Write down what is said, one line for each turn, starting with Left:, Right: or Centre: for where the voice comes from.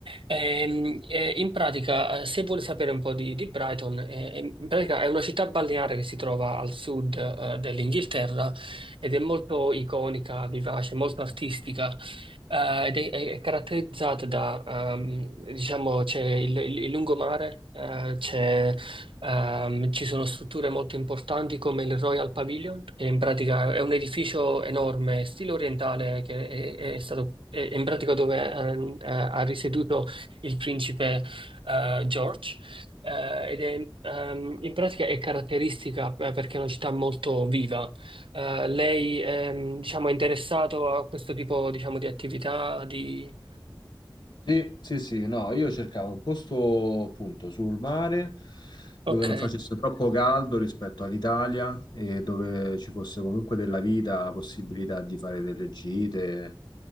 Right: Ehm, eh, in pratica, eh, se vuole sapere un po' di, di Brighton, eh, eh, in pratica è una città balneare che si trova al sud, eh, dell'Inghilterra ed è molto iconica, vivace, molto artistica. eh, ed è, è- è caratterizzata da, ehm, diciamo, c'è il, il- il lungomare, eh, c'è, ehm, ci sono strutture molto importanti come il Royal Pavilion, che in pratica è un edificio enorme, stile orientale, che è, è stato, è- è in pratica dove ehm, eh, ha risieduto il principe eh, George, eh, ed è ehm, in pratica è caratteristica eh, perché è una città molto viva. Eh, lei ehm, diciamo, è interessato a questo tipo diciamo, di attività di...
Left: Sì, sì, sì, no, io cercavo un posto appunto sul mare
Right: Ok.
Left: dove non facesse troppo caldo rispetto all'Italia e dove ci fosse comunque della vita, la possibilità di fare delle gite.